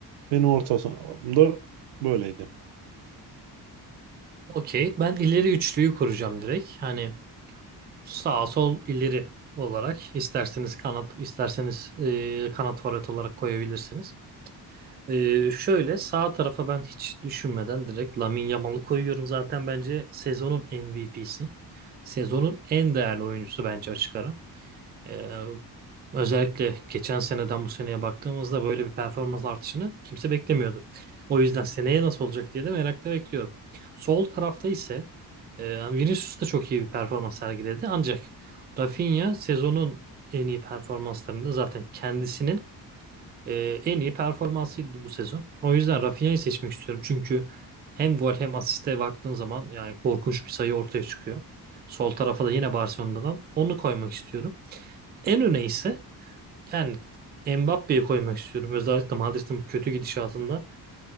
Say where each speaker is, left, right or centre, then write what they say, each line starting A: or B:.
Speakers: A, on the right; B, on the right.
A: Benim orta sahamda böyleydi.
B: Okey. Ben ileri üçlüyü kuracağım direkt. Hani sağ sol ileri olarak isterseniz kanat, isterseniz e, kanat forvet olarak koyabilirsiniz. Ee, şöyle sağ tarafa ben hiç düşünmeden direkt Lamine Yamal'ı koyuyorum. Zaten bence sezonun MVP'si. Sezonun en değerli oyuncusu bence açık ara. Ee, özellikle geçen seneden bu seneye baktığımızda böyle bir performans artışını kimse beklemiyordu. O yüzden seneye nasıl olacak diye de merakla bekliyorum. Sol tarafta ise e, Vinicius da çok iyi bir performans sergiledi. Ancak Rafinha sezonun en iyi performanslarında zaten kendisinin e, en iyi performansıydı bu sezon. O yüzden Rafinha'yı seçmek istiyorum. Çünkü hem gol hem asiste baktığın zaman yani korkunç bir sayı ortaya çıkıyor. Sol tarafa da yine Barcelona'dan onu koymak istiyorum. En öne ise yani Mbappe'yi koymak istiyorum. Özellikle Madrid'in bu kötü gidişatında